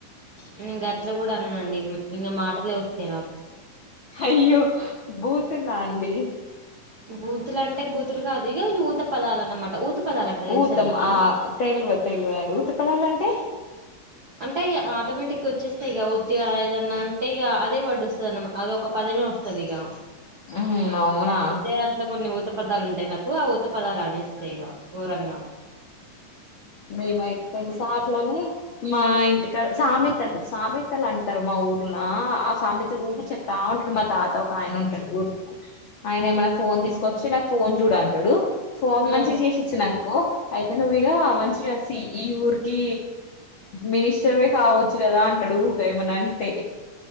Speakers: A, on the right (about 70°); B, on the left (about 85°).
A: నేను గాట్లా కూడా అననండి ఇంకా మాటలే వస్తాయి. నాకు
B: అయ్యో బూతుల అండి
A: బూతులు అంటే బూతులు కాదు ఇగా ఊత పదాలు అన్నమాట ఊత పదాలు అంటే తెలుసా
B: ఊతం
A: నీకు
B: ఆ తెలువది తెలువది అండి ఊత పదాలు అంటే
A: అంటే ఇగా ఆటోమేటిక్ గా వచ్చేస్తయి ఇగా ఉత్తగా ఏదన్నా అంటే ఇక అదే వడ్ వస్తుదన్న మటా అదోక పదమే వస్తది ఇగా
B: మ్ అవునా
A: అంటే అట్లా కొన్ని ఉత పదాలు ఉంటాయి నాకు ఆ ఉత పదాలు అనే ఏస్తా ఇగా గోరంగా
B: మేమైతే తెలుసా అట్లనే మా ఇంటికాడ సామెతలు సామెతలు అంటారు. మా ఊర్ల ఆ సమేతలు ఊకె చెప్తా ఉంటాడు మా తాత ఒక ఆయన ఉంటాడు ఊర్లో ఆయన ఏమైనా ఫోన్ తీసుకొచ్చి నాకు ఫోన్ చూడ అంటాడు. ఫోన్
A: ఉమ్
B: మంచి చేసి ఇచ్చిన అనుకో అయితే నువ్వు ఇగా మంచి సి ఈ ఊర్కి మినిస్టర్వే కావచ్చు కదా అంటాడు ఊకే ఏమన్న అంటే